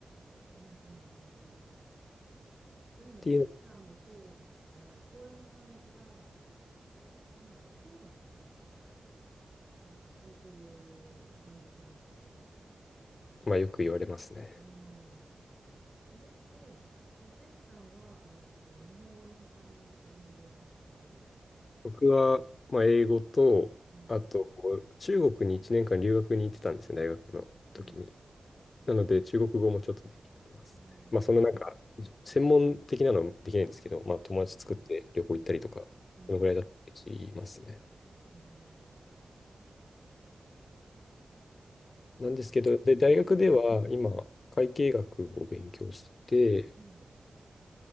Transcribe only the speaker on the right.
うん、うん、うん、うん。でも、
前さんもそうですね。お声の感じが、なんだろう、トーンかな落ち着いてる感じしますよね。
うん。これって、え、前さんは、えっと、日本語の他に何語を話されるんですか
うん。
はい。
えー、
うん、うん、うん。うん
へえ、そっか。
なんか、
うん、
うん、